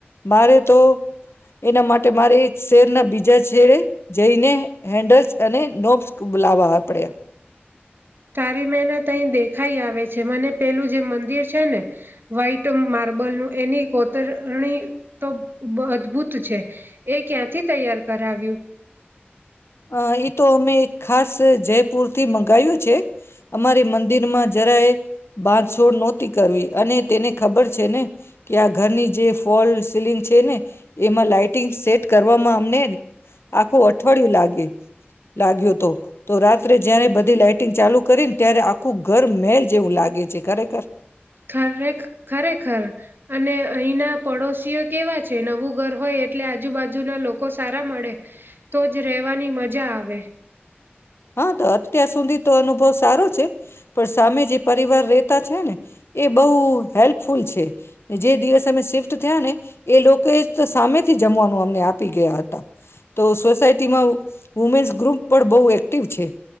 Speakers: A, on the left; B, on the right.
A: મારે તો એના માટે મારે શેરના બીજા છેડે જઈને હેન્ડલ્સ અને નોબ્સ બોલાવવા પડે.
B: તારી મહેનત અહી દેખાઈ આવે છે મને પેલું જે મંદિર છે ને વ્હાઈટ માર્બલનું એની કોતરણી તો અદભુત છે એ ક્યાંથી તૈયાર કરાવ્યું.
A: આ હિ તો મે ખાસ જયપુર થી મંગાવ્યું છે અમારી મંદિરમાં જરાય બાંધછોડ નો થી કરવી અને તેને ખબર છે ને કે આ ઘરની જે ફોલ સીલિંગ છે ને એમાં લાઈટિંગ સેટ કરવામાં અમને આખું અઠવાડિયું લાગ એ લાગ્યો હોતો. તો રાત્રે જયારે બધી લાઈટિંગ ચાલુ કરી ને ત્યારે આખું ઘર મેલ જેવું લાગે છે ખરેખર
B: ખરે ખરેખર અને અહીના પડોશીઓ કેવા છે નવું ઘર હોય એટલે આજુબાજુના લોકો સારા મળે તો જ રહેવાની મજા આવે.
A: હા તો અત્યાર સુધી તો અનુભવ સારો છે પણ સામે જે પરિવાર રેતા છે ને એ બહુ હેલ્પફુલ છે. જે દિવસ મે શિફ્ટ તો થયા ને. એ લોકો તો સામે થી જમવાનું અમને આપી ગયા હતા. તો સોસાયટીમાં વુમન્સ ગ્રુપ પણ બહુ એક્ટિવ છે